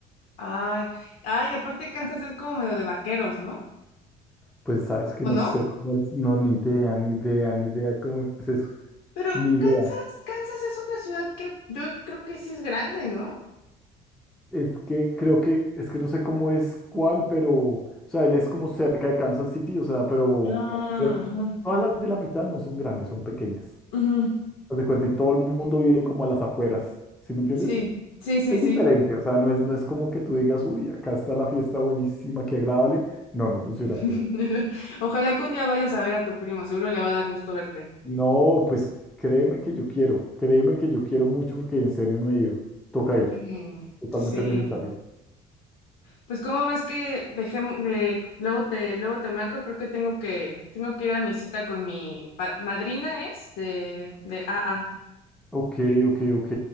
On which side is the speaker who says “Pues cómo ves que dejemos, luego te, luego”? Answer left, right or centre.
Left